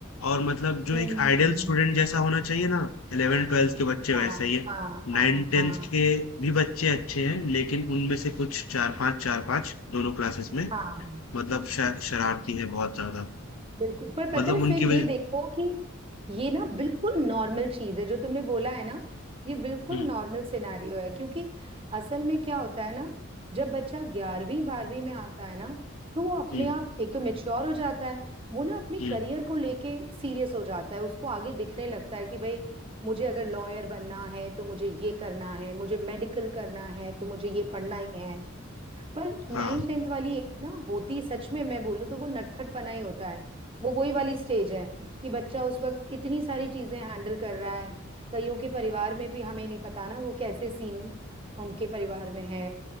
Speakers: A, on the left (about 85°); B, on the right (about 25°).
A: और मतलब जो
B: हम्म
A: एक आइडियल स्टूडेंट जैसा होना चाहिए ना इलेवन ट्वेल्थ के बच्चे
B: हाँ
A: वैसे ही है
B: हाँ हाँ
A: नाइन टेंथ
B: हाँ
A: के भी बच्चे अच्छे हैं लेकिन उनमें से कुछ चार पांच चार पांच दोनों क्लासेस में
B: हाँ
A: मतलब शर, शरारती है बहुत ज्यादा
B: बिल्कुल पर पता
A: मतलब
B: है फिर
A: उनकी
B: ये
A: वजह
B: देखो कि ये ना बिल्कुल नॉर्मल चीज है जो तुमने बोला है ना ये बिल्कुल
A: हम्म,
B: नॉर्मल सिनेरियो है क्योंकि असल में क्या होता है ना जब बच्चा ग्यारहवीं बारहवीं में आता है ना तो वो अपने
A: हम्म,
B: आप एक तो मेच्योर हो जाता है वो ना अपने
A: हम्म,
B: करियर को लेके सीरियस हो जाता है उसको आगे दिखने लगता है कि भाई मुझे अगर लॉयर बनना है तो मुझे ये करना है मुझे मेडिकल करना है तो मुझे ये पढ़ना ही है पर
A: हाँ
B: नाइन टेंथ वाली एज ना होती सच में मैं बोलूं तो वो नटखटपना ही होता है वो वही वाली स्टेज है कि बच्चा उस वक्त इतनी सारी चीजें हैंडल कर रहा है कईयों के परिवार में भी हमें नहीं पता ना वो कैसे सीन उनके परिवार में है